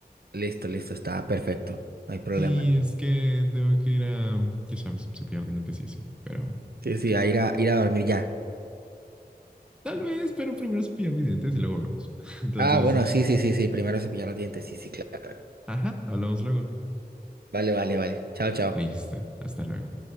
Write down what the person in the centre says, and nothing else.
Sí, es que tengo que ir a, ya sabes, cepillar dientes y así. Pero
tal vez, pero primero cepillar mis dientes y luego vemos. <laughs> Entonces,
<laughs> ajá, hablamos luego.
Listo, hasta luego.